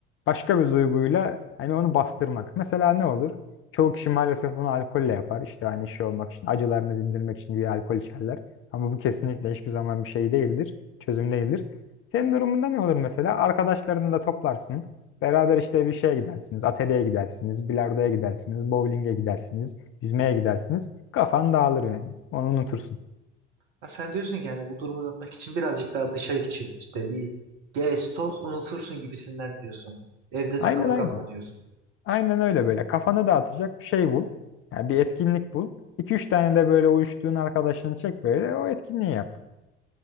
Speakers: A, on the left; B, on the right.
A: başka bir duyguyla hani onu bastırmak. Mesela ne olur? Çoğu kişi maalesef bunu alkolle yapar. İşte hani şey olmak için, acılarını dindirmek için bir alkol içerler. Ama bu kesinlikle hiçbir zaman bir şey değildir, çözüm değildir. Senin durumunda ne olur mesela? Arkadaşlarını da toplarsın. Beraber işte bir şeye gidersiniz, atölyeye gidersiniz, bilardoya gidersiniz, bowling'e gidersiniz, yüzmeye gidersiniz. Kafan dağılır yani. Onu unutursun.
B: Ha, sen diyorsun ki yani bu durumu unutmak için birazcık daha dışarı için işte bir gez toz unutursun gibisinden diyorsun. Evde
A: Aynen
B: takılı
A: aynen.
B: kalma diyorsun.
A: Aynen öyle böyle. Kafanı dağıtacak bir şey bul. Yani bir etkinlik bul. iki üç tane de böyle uyuştuğun arkadaşını çek böyle o etkinliği yap.